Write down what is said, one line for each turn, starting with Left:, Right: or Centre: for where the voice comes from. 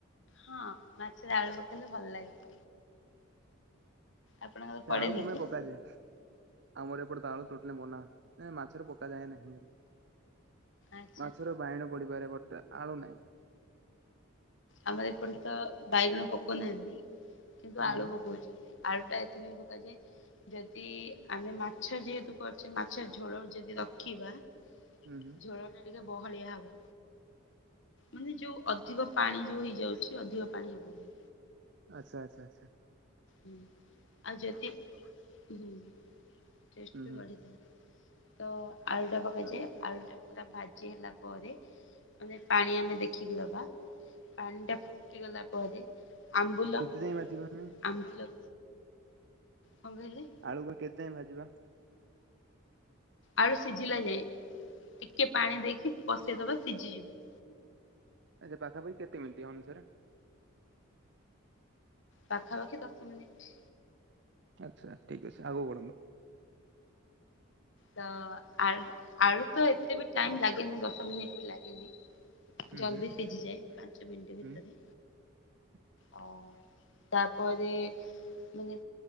Left: ହଁ। ମାଛରେ ଆଳୁ ପକେଇଲେ ଭଲ ଲାଗେ। ଆପଣଙ୍କର
Right: ସେ
Left: ପଡେନି
Right: ଆଳୁ କଣ
Left: କି
Right: ପାଇଁ ପକାଯାଏ? ଆମର ଏପଟେ ତାଳ ଟୋଟାଲି ମନା, ନା ମାଛରେ ପକାାଯ ଯାଏ ନାହିଁ।
Left: ଆଚ୍ଛା
Right: ମାଛର ବାଇଣ ବଡିପାରେ ଗୋଟେ ଆଳୁ ନାହିଁ।
Left: ଆମର ଏପଟେ ତ ବାଇଗଣ ପକାଉନାହାନ୍ତି। କିନ୍ତୁ
Right: ଉଁ
Left: ଆଳୁ
Right: ହୁଁ
Left: ପକଉଛନ୍ତି। ଆଳୁ ଟା ଏଥିପାଇଁ ପକାଯାଏ ଯଦି ଆମେ ମାଛ ଯେହେତୁ କରୁଛେ, ମାଛ ଝୋଳ ଯଦି ରଖିବା-
Right: ହୁଁ ହୁଁ
Left: ଝୋଳ ଟା ଟିକେ ବହଳିଆ ହବ। ମାନେ ଯୋଉ ଅଧିକ ପାଣି ଯୋଉ ହେଇଯାଉଛି ଅଧିକ ପାଣି ହବନିଁ।
Right: ଆଚ୍ଛା ଆଚଛା ଆଚଛା।
Left: ହଁ। ଆ ଯଦି ହଁ। ଟେଷ୍ଟ
Right: ହୁଁ
Left: ବି
Right: ହୁଁ।
Left: ବଢିଥାଏ। ତ ଆଳୁଟା ପକେଇାଯାଏ
Right: ଉଁ ହୁଁ
Left: ଆଳୁଟା ପୁରା ଭାଜି ହେଲା ପରେ ମାନେ, ପାଣି ଆମେ ଦେଖିକି ଦବା। ପାଣିଟା ଫୁଟିଗଲା ପରେ ଆମ୍ବୁଲ
Right: ଯାଇ ବାଜିବା ଆମେ <unintelligible>
Left: ଆମ୍ବୁଲ କଣ କହିଲେ?
Right: ଆଳୁ କୁ କେତେ ଟାଇମ ଭାଜିବା।
Left: ଆଳୁ ସିଝିଲା ଯାଏଁ। ଟିକେ ପାଣି ଦେଇକି ପସେଇଦବା ସିଝିଯିବ।
Right: ଆଚ୍ଛା ପାଖାପାଖି କେତେ ମିନି୍ିଟ ଅନୁସାର୍
Left: ପାଖାପାଖି ଦଶ ମିନିଟ।
Right: ଆଚ୍ଛା ଠିକ ଅଛି। ଆଗକୁବଢ଼ନ୍ତୁ।
Left: ତ ଆ ଆଳୁ ତ ଏତେ ବି ଟାଇମ ଲାଗେନି ଦଶ ମିନିଟ୍ ବି ଲାଗେନି।
Right: ହୁଁ
Left: ଜଲ୍ଦି
Right: ହୁଁ।
Left: ଫିଜିି ଯା ପାଞ୍ଚ ମିନିଟ ଭିତରେ।
Right: ହୁଁ <inaudible>
Left: ଆଉ ତାପରେ ମାନେ